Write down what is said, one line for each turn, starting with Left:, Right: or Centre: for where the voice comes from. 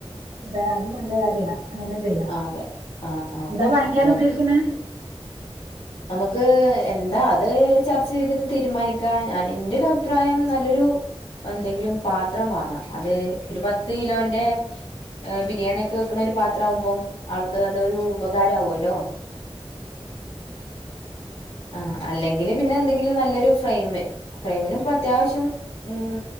Right: അതെ അത് നല്ല കാര് അങ്ങനെ ചെയ്യാം
Left: ആഹ് അതെ ആഹ് ആഹ്
Right: എന്താ വാങ്ങിക്കാൻ
Left: അപ്പം
Right: ഉദ്ദേശിക്കുന്ന
Left: നമുക്ക് എന്താ അത് ചർച്ച ചെയ്തിട്ട് തീരുമാനിക്കാ ഞാന് ഇന്റെ രഅഭിപ്രായം നല്ലൊരു പൊ എന്തെങ്കിലും പാത്രം വാങ്ങ. അത് ഒര് പത്ത് കിലോന്റെ ബിരിയാണിക്കെ വെക്കണ ഒര് പാത്ര ആവുമ്പോം അവൾക്ക് അതൊരു ഉപകാര ആവുമല്ലോ ആ അല്ലെങ്കില് പിന്നെ എന്തെങ്കിലും നല്ലൊരു ഫ്രെയിമ് ഫ്രമിനും പ്പ അത്യാവശ്യം ഉം